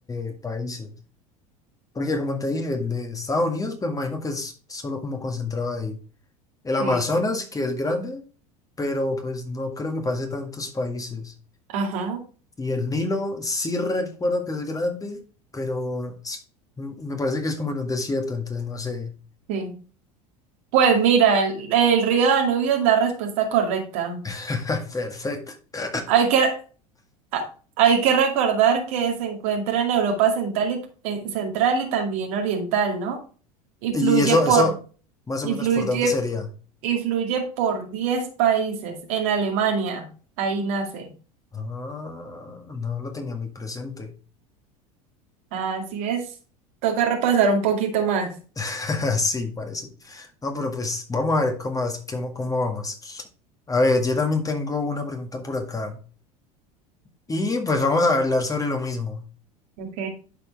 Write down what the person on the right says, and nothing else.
Sí,
Ajá.
sí. Pues mira, el, el río Danubio es la respuesta correcta.
Hay que, a- hay que recordar que se encuentra en Europa central y, eh, central y también oriental, ¿no? Y
fluye
por,
influye
Influye por 10 países en Alemania. Ahí nace.
Así es. Toca repasar un poquito más.
Ok.